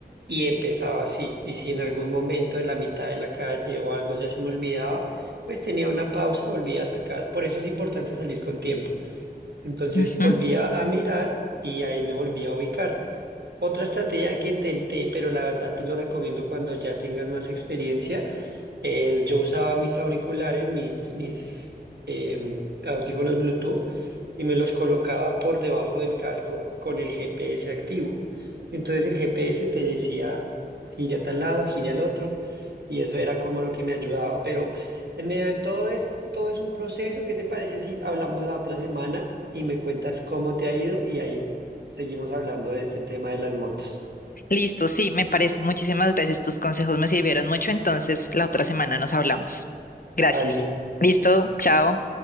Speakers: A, on the right (about 75°); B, on the left (about 55°).
A: y empezaba así. Y si en algún momento de la mitad de la calle o algo ya se me olvidaba, pues tenía una pausa, volvía a sacar. Por eso es importante salir con tiempo. Entonces
B: Ujú.
A: volvía a mirar y ahí me volvía a ubicar. Otra estrategia que intenté, pero la verdad te lo recomiendo cuando ya tengas más experiencia es, yo usaba mis auriculares, mis, mis em, audífonos Bluetooth, y me los colocaba por debajo del casco con el GPS activo. Entonces el GPS te decía, gire a tal lado, gire al otro, y eso era como lo que me ayudaba. Pero en medio de todo es, todo es un proceso. ¿Qué te parece si hablamos la otra semana y me cuentas cómo te ha ido? Y ahí seguimos hablando de este tema de las motos.
B: Listo, sí, me parece. Muchísimas gracias. Tus consejos me sirvieron mucho. Entonces, la otra semana nos hablamos. Gracias.
A: Vale.
B: Listo, chao.